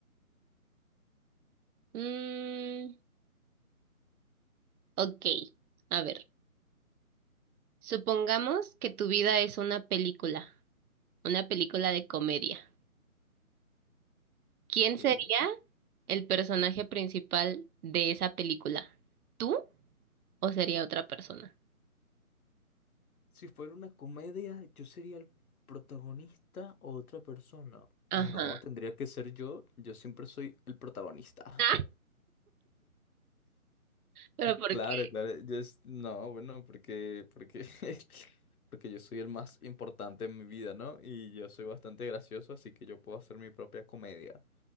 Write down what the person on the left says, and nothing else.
Ok.
Si fuera una comedia, ¿yo sería el protagonista o otra persona?
No, tendría que ser yo. Yo siempre soy el protagonista.
Claro,
claro. Yo es- no, bueno, porque, porque, <laughs> porque yo soy el más importante en mi vida, ¿no? Y yo soy bastante gracioso, así que yo puedo hacer mi propia comedia.